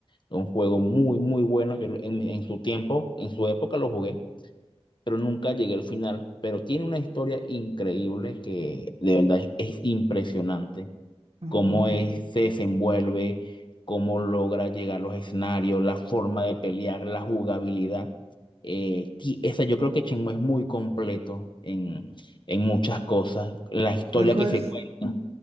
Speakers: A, on the left; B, on the right.
A: Un juego muy, muy bueno. Yo lo- en, en su tiempo, en su época lo jugué, pero nunca llegué al final. Pero tiene una historia increíble que de verdad es, es impresionante
B: ujú.
A: cómo es- se desenvuelve, cómo logra llegar a los escenarios, la forma de pelear, la jugabilidad. Eh, ti- esa, yo creo que Shenmue es muy completo en, en muchas cosas. La historia
B: ¿Cuál juega?
A: que se cuenta,